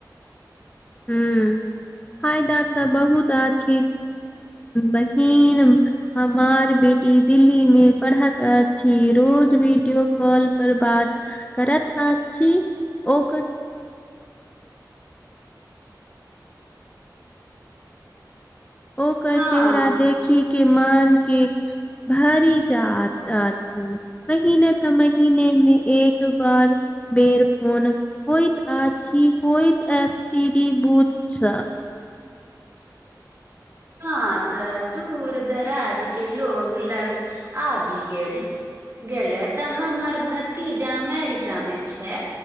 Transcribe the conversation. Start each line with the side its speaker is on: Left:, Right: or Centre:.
Left: हू फायदा तऽ बहुत आछि बहिन हमार बेटी टी दिल्ली मे पढ़ैत अछि रोज वीडियो कॉल पर बात करत अछि ओकर
Right: <unintelligible>
Left: ओकर
Right: हँ
Left: चेहरा देखी के मान के भरि जा आत अथि महीने तऽ महीनेमे एक बार बेर फोन होइत आ छी होइत एस टी डी बूथस
Right: हँ तऽ दूर दराज के लोग लग आबि गेल गेलै तऽ हमर भतीजा अमेरिकामे छै